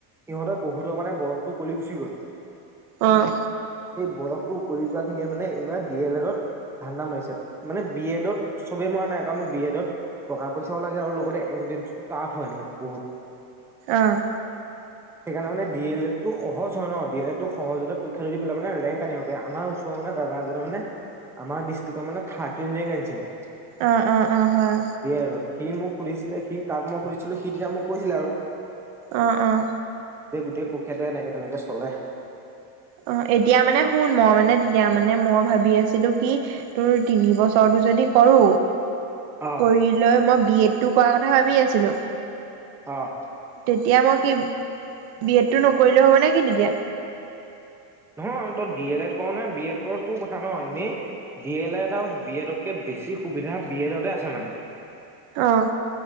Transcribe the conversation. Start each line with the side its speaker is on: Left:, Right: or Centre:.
Centre: সিহঁতে বহুতৰ মানে বয়সটো ওকলি গুচি গ'ল।
Right: অঁ
Centre: সেই বয়সটো উকলি যোৱা খিনিয়ে মানে এইবাৰ ডি এল এডত ধান্দা মাৰিছে মানে বি এডত সবেই মৰা নাই কাৰণ বি এডত টকা পইচাও লাগে আৰু লগতে এনট্ৰেঞ্চটো টাফ হয় আমাৰ বহুত
Right: অ',
Centre: সেইকাৰণে মানে দি এল এড টো সহজ হয় ন' ডি এল এডটো সহজতে পৰীক্ষা দি পেলাই মানে ৰেংক আনিব পাৰে আমাৰ ত' মানে দাদা এজনে মানে আমাৰ ডিষ্ট্ৰিকৰ মানে থাৰ্ডটিন ৰেং আনিছিলে।
Right: অঁ অঁ অঁ হয়।
Centre: দি এল এদ ত। সি মোক সুধিছিলে সি তাক মই সুধিছিলো, সি তেতিয়া মোক কৈছিলে আৰু
Right: অঁ অঁ
Centre: এই গোটেই প্ৰক্ৰিয়াটো এনেকে তেনেকে চ'লে
Right: অঁ, এতিয়া মানে শুন, মই মানে তেতিয়া মানে মই ভাবি আছিলো কি তোৰ তিনি বছৰটো যদি কৰো,
Centre: অ
Right: কৰি লৈ মই বি এড টো কৰা কথা ভাবি আছিলো।
Centre: অঁ
Right: তেতিয়া মই কি, বি এডটো নকৰিলো হ'ব নেকি তেতিয়া?
Centre: নহয় তই ডি এল এড কৰ' নে বি এড কৰ' তোৰ কথা ন' ইনেই ডি এল এড আও বি এডত কে বেছি সুবিধা বি এড তে আছে মানে।
Right: অঁ